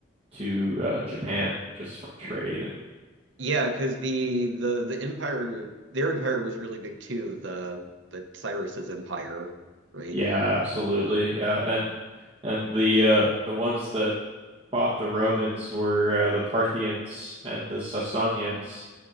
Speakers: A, on the right (about 30°); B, on the right (about 65°).
A: to uh, Japan, just from trade. And
B: Yeah, because the the the empire their empire was really big too, the the Cyrus's empire, right?
A: yeah, absolutely, yeah, and. And the uh the ones that fought the Romans were uh, the Parthians and the Sasanians,